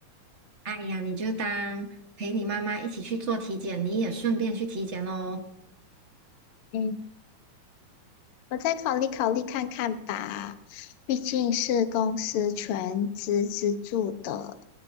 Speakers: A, on the right (about 80°); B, on the left (about 65°).
A: 哎呀，你就当陪你妈妈一起去做体检，你也顺便去体检喽。
B: 嗯，我再考虑考虑看看吧，毕竟是公司全资资助的，